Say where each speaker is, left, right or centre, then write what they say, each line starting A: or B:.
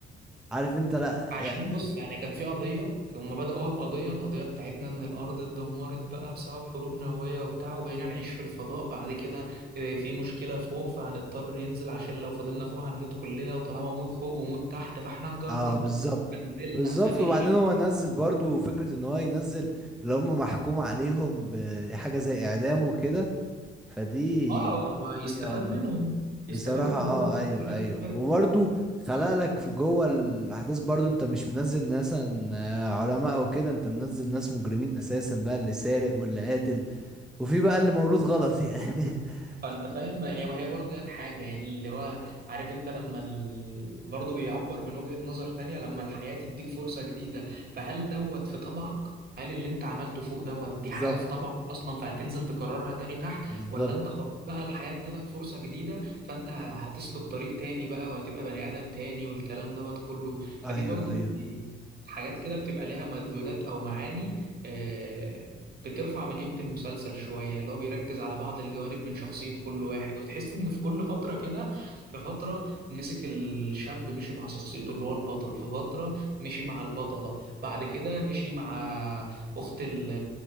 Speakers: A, in the centre; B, on the right.
A: عارف انت لا
B: عشان
A: يعني
B: بص يعني كانت في قضية هما بدأوها بقضية القضية بتاعتنا إن الأرض اتدمرت بقى بسبب حروب نووية وبتاع وبقينا نعيش في الفضاء بعد كده آه، في مشكلة فوق فهنضطر ننزل عشان لو فضلنا فوق هنموت كلنا وطالما موت فوق وموت تحت فاحنا نجرب
A: اه بالظبط
B: فنزلنا
A: بالظبط
B: فمشي
A: وبعدين هو نزل برضو فكره ان هو ينزل اللي هم محكوم عليهم بحاجه زي اعدام وكده فدي
B: اه ما يستفاد
A: دي اه
B: منهم يستفادوا
A: بصراحة
B: كلهم
A: اه ايوه
B: الناس كلها
A: ايوه
B: تستفاد.
A: وبرضه خلق لك في جوه الاحداث برضه انت مش منزل ناس عن- آه، علماء او كده انت منزل ناس مجرمين اساسا بقى اللي سارق واللي قاتل وفي بقى اللي مولود غلط يعني <laughs>
B: فانت فاهم ما هي ما هي برضه دي الحاجه يعني اللي هو عارف انت لما ال... برضه بيعبر من وجهه نظر تانية لما الحياه تديك فرصه جديده فهل دوت في طبعك هل اللي انت عملته فوق دوت دي
A: بالظبط
B: حاجه في طبعك اصلا فهتنزل تكررها تاني تحت
A: بالظبط
B: ولا انت خلاص بقى الحياه ادتك فرصه جديده فانت هتسلك طريق تاني بقى وهتبقى بني ادم تاني والكلام دوت كله فدي
A: ايوه
B: برضه
A: ايوه
B: بي- حاجات كده بتبقى ليها مدلولات او معاني آه، بترفع من قيمة المسلسل شوية اللي هو بيركز على بعض الجوانب من شخصية كل واحد وتحس إن في كل فترة كده في فترة مسك الشاب مشي مع شخصيته اللي هو البطل في فترة مشي مع البطلة بعد كده مشي مع أخت ال